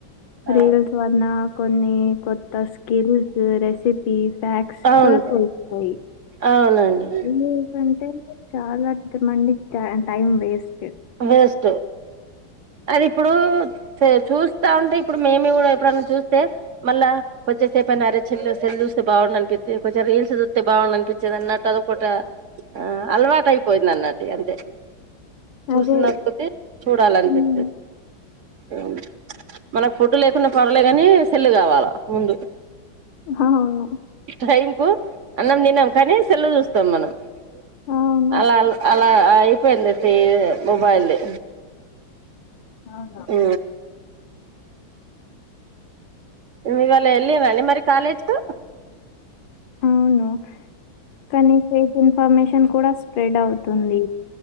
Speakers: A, on the right; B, on the left.
A: ఆ
B: రీల్స్ వల్ల కొన్ని కొత్త స్కిల్స్ రెసిపీ ఫ్యాక్స్
A: అవును
B: కూడా <unintelligible> స్తాయి
A: అవునండి
B: <inaudible> ఏంటంటే చాలా అద్భుతమండి టై టైం వేస్ట్
A: వేస్ట్ అది ఇప్పుడు చూ చూస్తా ఉంటే ఇప్పుడు మేమి కూడా ఎప్పుడన్నా చూస్తే మళ్ళా కొంచెంేపుయి అరే చెల్ సేల్ చూస్తే బాగుండి అనిపిిది కొంచెం రీల్స్ చూస్తే బాగుం అనిపిిది అన్నట్టు అదొకట ఆ అలవాటు అయిపోయింది అన్నటి అంతే చూసినకొద్ది
B: అదే.
A: చూడాలనిపి
B: హ్మ్.
A: అవును మనకు ఫుడ్ లేకుండా పర్లే గాని సెల్ కావాల ముందు
B: హ అవును
A: టైం కు అన్నం తిన్నాం కానీ సెల్ల చూస్తాం మనం అ
B: అవును.
A: అలా అల్ అలా అయిపోయింది సే మొబైల్ది
B: అవును
A: ఉ ఇవ ఇవ్వాలా ఎల్లిండ్రా అండి మరి కాలేజ్ కు
B: అవును కనీ ఫేక్ ఇన్ఫర్మషన్ కూడా స్ప్రెడ్ అవుతుంది